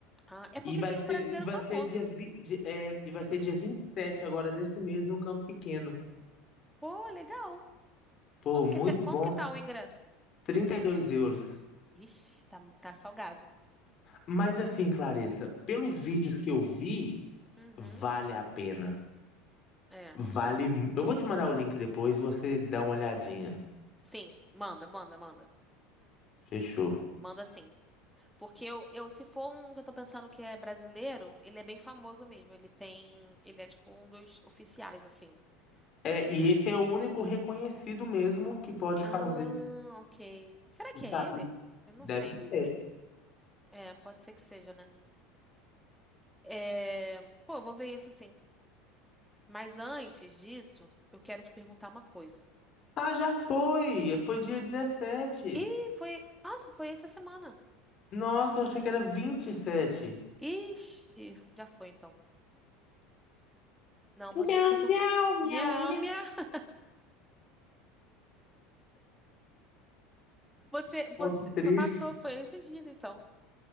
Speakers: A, in the centre; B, on the left.
A: Ah, é porque
B: E vai
A: tem
B: ser,
A: um brasileiro
B: e vai
A: famoso.
B: ser dia, vi, di- é, e vai ser dia 27 agora desse mês no Campo Pequeno.
A: Pô, legal.
B: Pô,
A: Quanto
B: muito
A: que, te- quanto
B: bom.
A: que tá o ingresso?
B: 32 euros.
A: Ixi, tá, tá salgado.
B: Mas assim, Clarissa, pelos vídeos que eu vi,
A: Uhum,
B: vale a pena.
A: é.
B: Vale. mu- Eu vou te mandar o link depois, você dá uma olhadinha.
A: Sim, manda, manda, manda.
B: Fechou.
A: Manda sim. Porque eu, eu, se for um que eu tô pensando que é brasileiro, ele é bem famoso mesmo. Ele tem, ele é tipo um dos oficiais, assim. O...
B: É, e esse é o único reconhecido mesmo que pode
A: Ah,
B: fazer
A: ok. Será que
B: isso
A: é ele?
B: aí.
A: Eu não
B: Deve
A: sei.
B: ser.
A: É, pode ser que seja, né? É... Pô, eu vou ver isso sim. Mas antes disso, eu quero te perguntar uma coisa.
B: Ah, já foi! Foi dia 17.
A: Ih, foi. Nossa, foi essa semana.
B: Nossa, eu achei que era 27.
A: Ixi, já foi então. Não, você.
B: Miau,
A: Foi seu...
B: miau,
A: Minha,
B: miau, miau.
A: minha. <laughs> Você,
B: Pô,
A: você.
B: que triste.
A: Foi, passou, foi esses dias então.